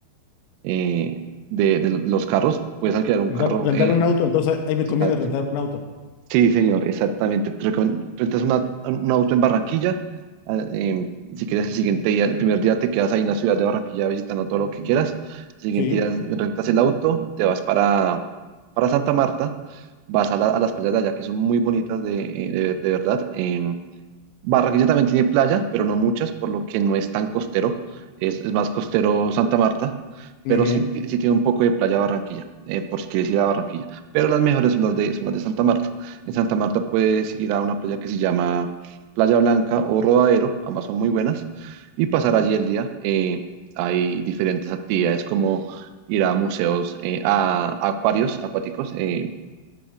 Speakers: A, on the right (about 85°); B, on the left (about 80°).
A: eh, de, de los carros. Puedes alquilar un
B: Rentar,
A: carro.
B: rentar
A: eh,
B: un auto, entonces ahí me
A: exacto.
B: conviene rentar un auto.
A: Sí, señor, exactamente. Te recomen- Rentas una, un auto en Barranquilla. ah, eh, si quieres el siguiente día, el primer día te quedas ahí en la ciudad de Barranquilla visitando todo lo que quieras. El siguiente
B: Sí,
A: día rentas el auto, te vas para, para Santa Marta, vas a, la- a las playas de allá que son muy bonitas de, eh, de- de verdad. em, Barranquilla también tiene playa, pero no muchas, por lo que no es tan costero. Es, es más costero Santa Marta,
B: muy
A: pero
B: bien.
A: sí, ti- sí tiene un poco de playa Barranquilla, eh, por si quieres ir a Barranquilla. Pero las mejores son las de, son las de Santa Marta. En Santa Marta puedes ir a una playa que se llama Playa Blanca o Rodadero, ambas son muy buenas, y pasar allí el día. Eh, hay diferentes actividades como ir a museos, eh, a, a acuarios acuáticos, eh,